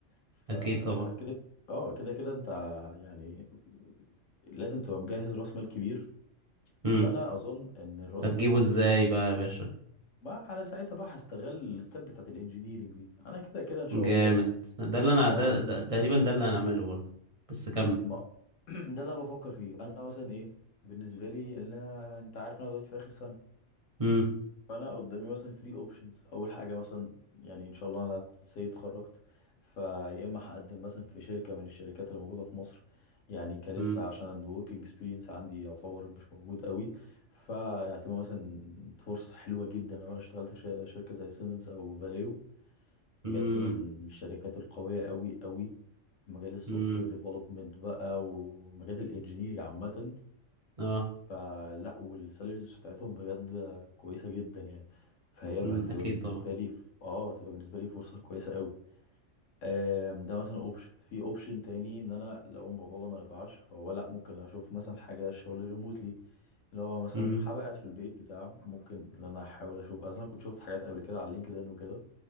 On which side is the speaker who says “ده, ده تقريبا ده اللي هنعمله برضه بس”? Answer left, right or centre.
Right